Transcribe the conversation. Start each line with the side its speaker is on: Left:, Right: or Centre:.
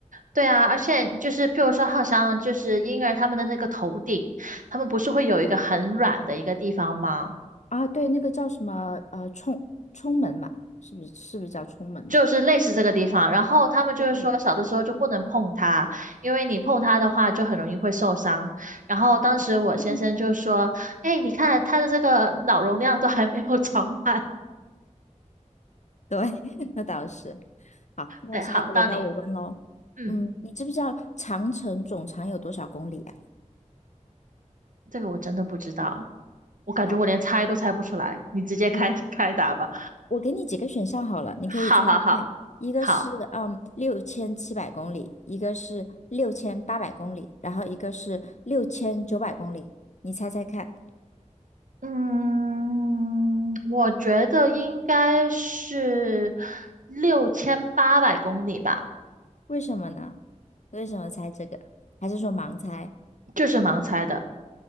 Right: 对啊，而且就是譬如说，好像就是婴儿他们的那个头顶，他们不是会有一个很软的一个地方吗？
Left: 啊，对，那个叫什么？呃，冲冲门嘛，是不是？是不是叫冲门？
Right: 就是类似这个地方，然后他们就是说小的时候就不能碰它，
Left: OK，
Right: 因为你碰它的话就很容易会受伤。然后当时我先生就说：
Left: 嗯，
Right: “哎，你看他的这个脑容量都还没有长满。”
Left: 对，<laughs> 那倒是。好，那下一个轮到我问喽。
Right: 对，好，到你。嗯，
Left: 嗯，你知不知道长城总长有多少公里啊？
Right: 这个我真的不知道，我感觉我连猜都猜不出来，
Left: 好，
Right: 你直接开
Left: 嗯，
Right: <laughs> 开打吧。
Left: 我给你几个选项好了，你可以猜猜看。
Right: 好好好
Left: 一个是嗯六千七百公里，
Right: 好，
Left: 一个是六千八百公里，然后一个是六千九百公里。你猜猜看，
Right: 嗯，我觉得应该是六千八百公里吧，
Left: 为什么呢？为什么猜这个？还是说盲猜？
Right: 这是盲猜的。